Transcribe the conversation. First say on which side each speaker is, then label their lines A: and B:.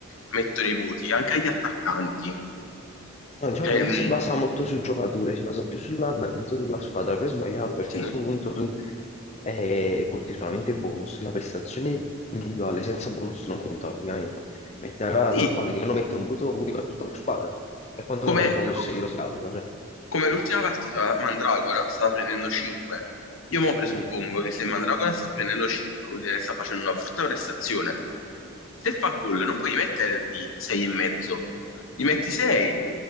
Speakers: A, on the left; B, on the left.
A: mettono i voti, anche agli attaccanti.
B: No, diciamo
A: Cioè,
B: che non
A: mh,
B: si basa molto sul giocatore, si basa più sull'andamento della squadra. Per sbagliato, perché
A: sì,
B: a questo punto tu eh, conti solamente il bonus, la prestazione individuale senza bonus non conta praticamente. Mette alla
A: sì,
B: tanto vale che uno mette un voto unico a tutta la squadra e quando uno
A: come...
B: fa il bonus
A: co-
B: glielo si alza. cioè,
A: Come l'ultima partita, Mandragora stava prendendo 5. Io mo presuppongo
B: sì.
A: che se Mandragora sta prendendo 5, vuol dire che sta facendo una brutta prestazione. Se fa gol, non puoi mettergli 6,5. Gli metti 6.